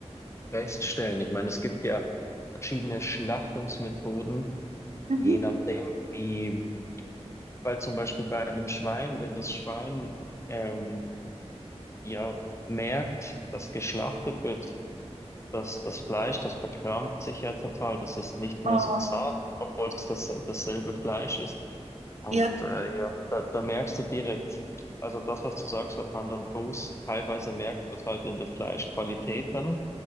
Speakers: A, on the left; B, on the right.
A: feststellen. Ich meine, es gibt ja verschiedene Schlachtungsmethoden,
B: Mhm.
A: je nachdem, wie Weil zum Beispiel bei einem Schwein, wenn das Schwein ähm, ja merkt, dass geschlachtet wird, dass das Fleisch, das verkrampft sich ja total, das ist nicht mehr
B: Oh,
A: so zart, obwohl es das, dasselbe Fleisch ist. Und
B: ja,
A: äh, ja, da, da merkst du direkt, also das, was du sagst, hat Hand und Fuß. Teilweise merkst du es halt in der Fleischqualität dann.